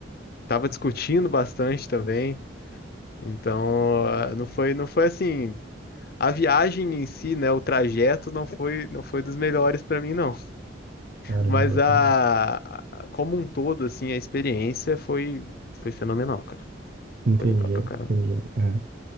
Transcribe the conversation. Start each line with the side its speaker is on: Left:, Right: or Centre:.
Left: tava discutindo bastante também, então ah, não foi, não foi assim. A viagem em si, né, o trajeto não foi não foi dos melhores para mim não,
Right: Caramba,
Left: mas a,
Right: cara.
Left: a- como um todo assim, a experiência foi foi fenomenal, cara.
Right: Entendi,
Left: Foi legal pra caramba.
Right: entendi. É.